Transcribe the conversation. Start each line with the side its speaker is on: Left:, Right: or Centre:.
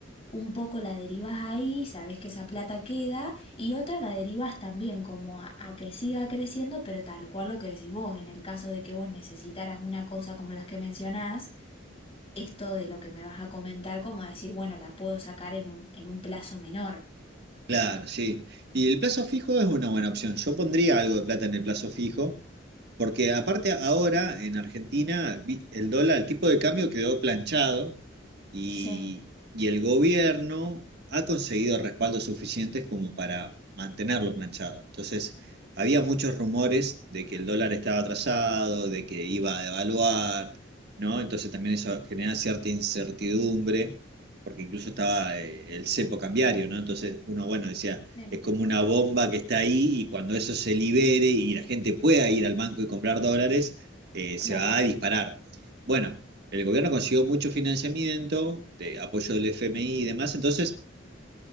Left: un poco la derivás ahí, sabés que esa plata queda. Y otra la derivas también como a, a que siga creciendo, pero tal cual lo que decís vos, en el caso de que vos necesitaras una cosa como las que mencionás, esto de lo que me vas a comentar, como decir, bueno, la puedo sacar en un, en un plazo menor.
Right: Claro, sí. Y el plazo fijo es una buena opción. Yo pondría algo de plata en el plazo fijo Porque aparte ahora en Argentina vi- el dólar, el tipo de cambio quedó planchado y,
Left: Sí,
Right: y el gobierno ha conseguido respaldos suficientes como para mantenerlo planchado. Entonces, había muchos rumores de que el dólar estaba atrasado, de que iba a devaluar, ¿no? Entonces también eso genera cierta incertidumbre, porque incluso estaba eh, el cepo cambiario, ¿no? Entonces uno, bueno, decía
Left: sí,
Right: es como una bomba que está ahí y cuando eso se libere y la gente pueda ir al banco y comprar dólares, eh,
Left: claro.
Right: se va a disparar. Bueno, el gobierno consiguió mucho financiamiento, de apoyo del FMI y demás, entonces